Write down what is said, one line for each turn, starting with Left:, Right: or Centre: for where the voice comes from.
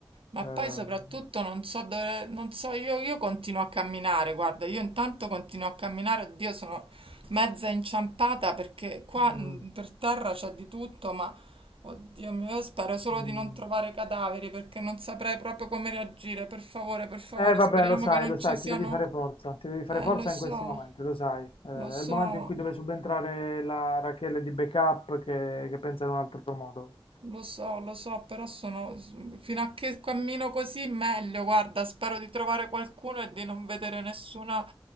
Right: Ma
Left: Eh,
Right: poi soprattutto non so dove, non so, io, io continuo a camminare, guarda, io intanto continuo a camminare, oddio, sono mezza inciampata perché qua
Left: mm.
Right: mh, per terra c'è di tutto, ma oddio mio, io spero solo
Left: Mh.
Right: di non trovare cadaveri perché non saprei proprio come reagire, per favore, per favore,
Left: Eh vabbè,
Right: speriamo
Left: lo sai,
Right: che non
Left: lo sai,
Right: ci siano...
Left: ti devi fare forza, ti devi fare
Right: Eh,
Left: forza
Right: lo so,
Left: in questi momenti, lo sai. Eh, è
Right: lo so.
Left: il momento in cui deve subentrare la Rachele di backup che, che pensa in un altro modo.
Right: Lo so, lo so, però sono fino a che cammino così meglio. Guarda, spero di trovare qualcuno e di non vedere nessuna